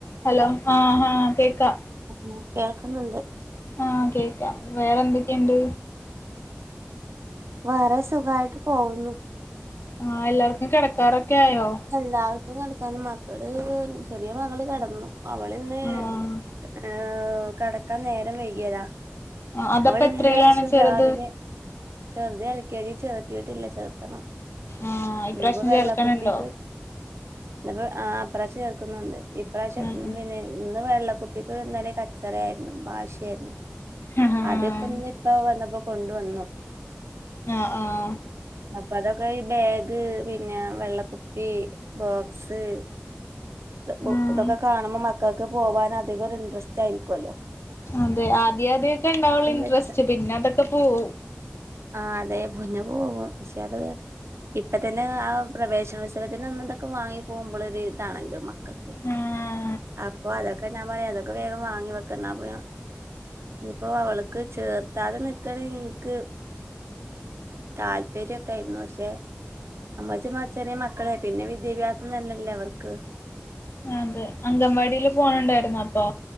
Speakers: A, on the left; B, on the right.
A: ഹലോ, ആഹ് ആഹ് കേക്കാ
B: <unintelligible> കേൾക്കുന്നുണ്ട്.
A: ആഹ്, കേക്കാം വേറെ എന്തൊക്കെണ്ട്?
B: വേറെ സുഖായിട്ട് പോകുന്നു.
A: ആഹ്, എല്ലാവർക്കും കെടക്കാറൊക്കെ ആയോ?
B: എല്ലാവർക്കും കെടക്കാന് മക്കള് ചെറിയ മകള് കെടന്നു. അവള്ന്ന്
A: ആഹ്
B: ഏയ് കെടക്കാൻ നേരം വൈകിയതാ.
A: ആഹ് അതപ്പ
B: അവളെല്ലാസവും
A: എത്രയിലാണ് ചെറുത്
B: രാവിലെ ചെർത് എൽ കെ ജി ചേർത്തീട്ടില്ല, ചേർത്തണം.
A: ആഹ് ഇപ്രാവശ്യം
B: ഇന്നപ്പോ വെള്ള
A: ചേർക്കണുണ്ടോ
B: കുപ്പിക്ക് ഇന്ന്പ്പോ ആഹ് ഇപ്രാവശ്യം ചേർക്കുന്നുണ്ട്. ഈപ്രാവശ്യം
A: ഉം
B: പിന്നെ ഇന്ന് വെള്ളക്കു പ്പിക്ക് ന്നലെ കച്ചറയായിര്ന്നു. വാശിയായിരുന്നു.
A: ആഹ് ആഹ്
B: അതിപ്പംന്ന് ഇപ്പ വന്നപ്പോ കൊണ്ടുവന്നു.
A: ആഹ്, ആഹ്
B: അപ്പൊ അതൊക്കെ ഈ ബേഗ് പിന്നെ വെള്ളക്കുപ്പി, ബോക്സ് തൊ ബു
A: ആഹ്
B: ഇതൊക്കെ കാണുമ്പൊം മക്കൾക്ക് പോവാനധികം ഒരു ഇൻഡ്രസ്റ്റായിരിക്കുവല്ലോ.
A: അതെ, ആദ്യാദ്യൊക്കെ ണ്ടാവൊള്ളൂ ഇൻഡ്രസ്റ്റ്.
B: വെച്ച
A: പിന്നെ അതൊക്കെ പോവു
B: ആഹ് അതെ പിന്നെ പോവും പക്ഷേ അത് ഇപ്പ തന്നെ ആ പ്രവേശനോത്സവത്തിൻ്റന്ന്തൊക്കെ വാങ്ങി പോവുമ്പളൊരു ഇതാണല്ലോ. കക്ക്
A: ആഹ്
B: അപ്പൊ അതൊക്കെ ഞാൻ പറയ അതൊക്കെ വേഗം വാങ്ങി വെക്കന്നാ പോ <unintelligible> ഞ്ഞിപ്പൊ അവള്ക്ക് ചേർത്താതെ നിക്കണെൻക്ക് താല്പര്യൊക്കെ ആയ്രുന്നു. പക്ഷേ അമ്മച്ചിമ്മ ചെറിയ മക്കളെ പിന്നെ വിദ്യാഭ്യാസം തന്നെല്ലേ അവർക്ക്.
A: അതെ, അങ്കൻവാടില് പോണണ്ടായിരുന്നോ അപ്പൊ?